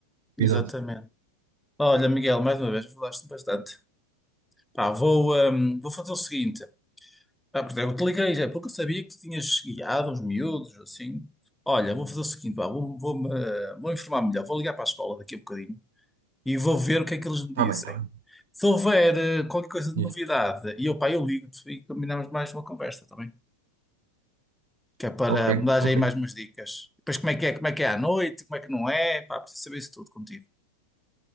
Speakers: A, in the centre; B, on the right (about 70°).
A: exatamente.
B: convidado.
A: Olha, Miguel, mais uma vez, falaste bastante. Pá, vou, hum, vou fazer o seguinte. Ah, porque eu te liguei já, porque eu sabia que tu tinhas guiado uns miúdos, assim. Olha, vou fazer o seguinte, pá, vou, vou, eh, vou informar melhor, vou ligar para a escola daqui a bocadinho e vou ver o que é que eles me
B: Está
A: dizem.
B: bem, está bem.
A: Se houver eh, qualquer coisa de
B: E-
A: novidade, e eu, pá, eu ligo-te e combinamos mais uma conversa também. Que é para
B: Ok,
A: me dar
B: ok.
A: aí mais umas dicas. Depois como é que é, como é que é à noite, como é que não é, pá, preciso saber isso tudo contigo.